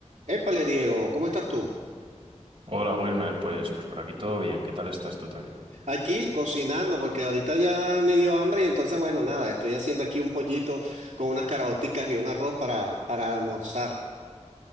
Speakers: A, on the right; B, on the right.
A: Épale, Diego, ¿cómo estás tú?
B: Hola Wilmer, pues, pues por aquí todo bien, ¿qué tal estás tú también?
A: Aquí cocinando porque ahorita ya me dio hambre y entonces, bueno, nada, estoy haciendo aquí un pollito con unas caraoticas y un arroz para, para almorzar.